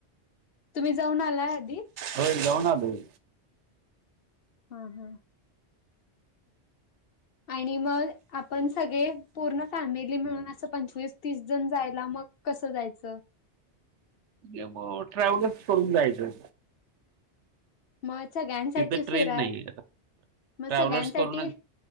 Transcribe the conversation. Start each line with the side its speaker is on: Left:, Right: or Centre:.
Left: तुम्ही जाऊन आला आधी?
Right: होय जाऊन आलोय.
Left: हा हा. आणि मग आपण सगळे पूर्ण फॅमिली मिळून असं पंचवीस तीस जण जायला मग कसं जायचं?
Right: <unintelligible> म ट्रॅव्हलर्स करून जायचं.
Left: मग सगळ्यांसाठी
Right: तिथं ट्रेन
Left: फिराय
Right: नाहीये आता.
Left: मग
Right: ट्रॅव्हलर्स
Left: सगळ्यांसाठी
Right: करूनच